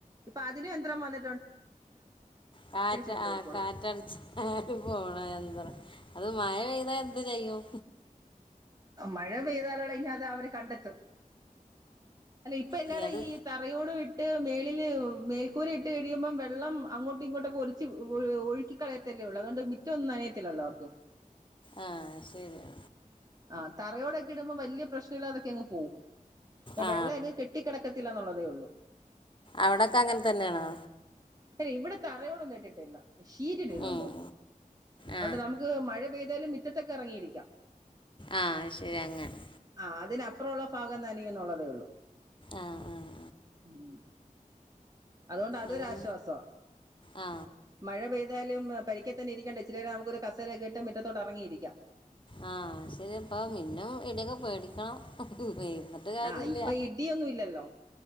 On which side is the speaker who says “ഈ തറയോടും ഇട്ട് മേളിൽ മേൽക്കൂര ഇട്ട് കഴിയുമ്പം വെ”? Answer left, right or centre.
Right